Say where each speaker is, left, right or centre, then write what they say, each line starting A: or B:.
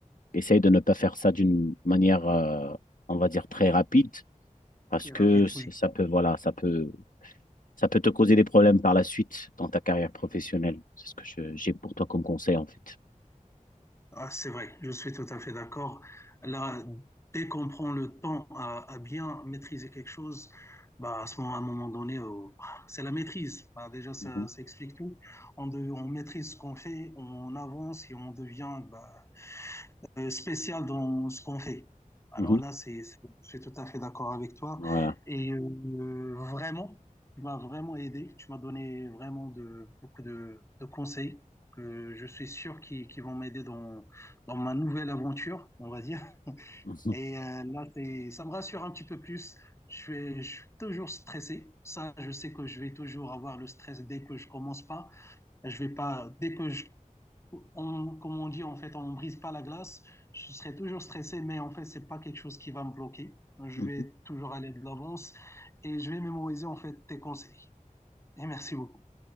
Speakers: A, on the left (about 75°); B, on the left (about 20°).
A: essaye de ne pas faire ça d'une manière, euh, on va dire, très rapide, parce
B: Très rapide,
A: que ça
B: oui.
A: ça peut, voilà, ça peut ça peut te causer des problèmes par la suite dans ta carrière professionnelle. C'est ce que je- j'ai pour toi comme conseil, en fait.
B: Ah, c'est vrai, je suis tout à fait d'accord. Là, dès qu'on prend le temps à, à, bien maîtriser quelque chose, bah, à ce moment, à un moment donné, oh, c'est la maîtrise. Bah, déjà, ça,
A: Mhm,
B: ça explique tout. On, de, on maîtrise ce qu'on fait, on avance et on devient bah, euh, spécial dans ce qu'on fait. Alors
A: mhm.
B: là, c'est, c'est- je suis tout à fait d'accord avec toi.
A: Voilà.
B: Et euh, vraiment, tu m'as vraiment aidé. Tu m'as donné vraiment de, beaucoup de, de conseils que je suis sûr qui, qui vont m'aider dans, dans ma nouvelle aventure, on va dire.
A: <laughs>
B: Et euh, là, c'est, ça me rassure un petit peu plus. Je suis, je suis toujours stressé. Ça, je sais que je vais toujours avoir le stress dès que je commence pas. Je vais pas, dès que je on, comme on dit, en fait, on ne brise pas la glace. Je serai toujours stressé, mais en fait, c'est pas quelque chose qui va me bloquer. Je
A: Mhm,
B: vais
A: mhm.
B: toujours aller de l'avance et je vais mémoriser, en fait, tes conseils. Et merci beaucoup.